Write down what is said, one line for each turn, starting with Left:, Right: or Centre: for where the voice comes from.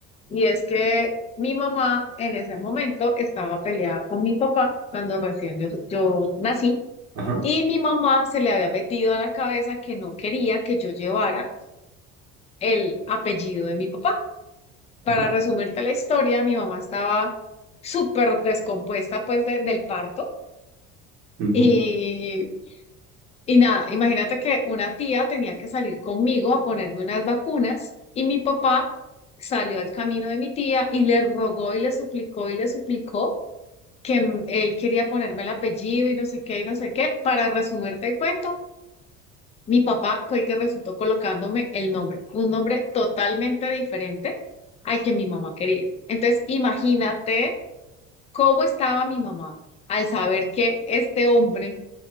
Left: y es que mi mamá en ese momento estaba peleada con mi papá cuando recién yo, yo nací
Right: Ajá,
Left: y mi mamá se le había metido a la cabeza que no quería que yo llevara el apellido de mi papá. Para
Right: ajá.
Left: resumirte la historia, mi mamá estaba súper descompuesta pues de- del parto.
Right: ujú.
Left: Y Y nada, imagínate que una tía tenía que salir conmigo a ponerme unas vacunas y mi papá salió al camino de mi tía y le rogó y le suplicó y le suplicó que mm, él quería ponerme el apellido y no sé qué y no sé qué. Para resumirte el cuento, mi papá fue el que resultó colocándome el nombre, un nombre totalmente diferente al que mi mamá quería. Entonces, imagínate cómo estaba mi mamá al saber que este hombre